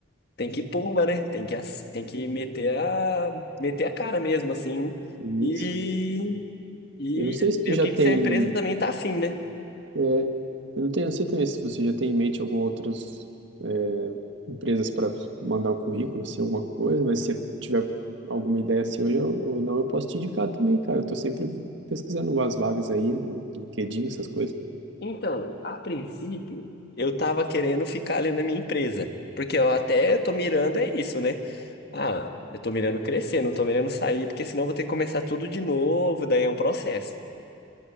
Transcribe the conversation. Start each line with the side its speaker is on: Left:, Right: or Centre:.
Left: tem que pumba, né? Tem que, ass- tem que meter a, meter a cara mesmo, assim.
Right: isso.
Left: E e
Right: Eu não sei se tu
Left: ver
Right: já
Left: o que
Right: tem.
Left: que se a empresa também tá afim, né?
Right: É, eu não tenho, não sei também se você já tem em mente algumas outras é, empresas para mandar um currículo, assim, alguma coisa, mas se você tiver alguma ideia assim hoje eu- ou não, eu posso te indicar também, cara. Eu tô sempre pesquisando umas vagas aí no LinkedIn, essas coisas.
Left: Então, a princípio, eu tava querendo ficar ali na minha empresa. Porque eu até tô mirando é isso, né? Ah, eu tô mirando crescer, não tô mirando sair, porque senão eu vou ter que começar tudo de novo, daí é um processo.